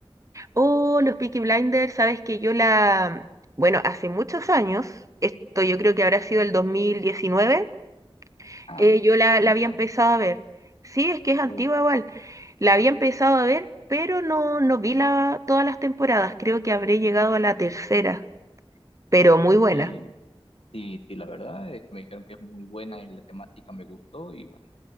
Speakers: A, on the right; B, on the left.
A: Oh, los Peaky Blinders, sabes que yo la... Bueno, hace muchos años, esto yo creo que habrá sido el 2019
B: Ah,
A: eh,
B: no,
A: yo la, la
B: seis
A: había
B: años.
A: empezado a ver. Sí, es que es antigua
B: Uf,
A: igual. La había empezado a ver, pero no, no vi la, todas las temporadas. Creo que habré llegado a la tercera, pero muy buena.
B: Y, y, y la verdad es que me dijeron que es muy buena y la temática me gustó y bueno,